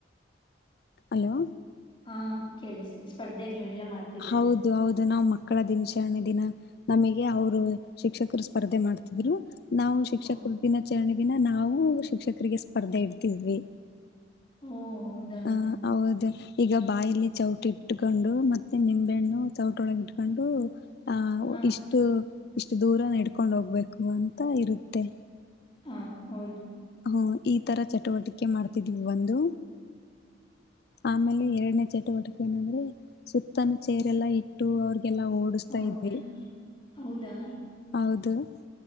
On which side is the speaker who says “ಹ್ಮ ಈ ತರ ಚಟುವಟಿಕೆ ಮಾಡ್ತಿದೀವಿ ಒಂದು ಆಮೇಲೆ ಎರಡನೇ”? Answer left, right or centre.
Left